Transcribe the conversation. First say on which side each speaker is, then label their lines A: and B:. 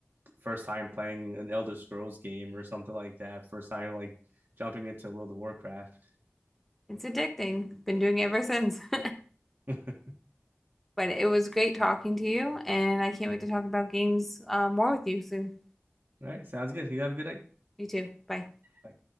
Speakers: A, on the right; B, in the centre.
A: first time playing an Elder Scrolls game or something like that. First time like jumping into World of Warcraft.
B: It's addicting. Been doing it ever since. <laughs>
A: <laughs> yep.
B: But it was great talking to you, and I can't wait to talk about games uh, more with you soon.
A: All right. Sounds good. You have a good night.
B: You too. Bye.
A: Bye.